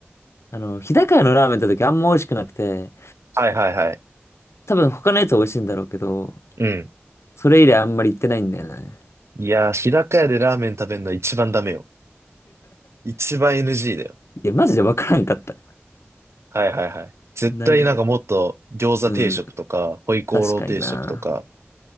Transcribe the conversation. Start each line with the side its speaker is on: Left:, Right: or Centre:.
Left: あの、日高屋のラーメン行った時あんま美味しくなくて、
Right: はいはいはい。
Left: 多分他のやつは美味しいんだろうけど、
Right: うん。
Left: それ以来あんまり行ってないんだよね。
Right: いやー、日高屋でラーメン食べるのは一番ダメよ。一番 NG だよ。
Left: いや、マジでわからんかった。
Right: はいはいはい。絶対なんかもっと餃子定食とか、
Left: 何を。うん。
Right: ホイコーロー定食とか。
Left: 確かにな。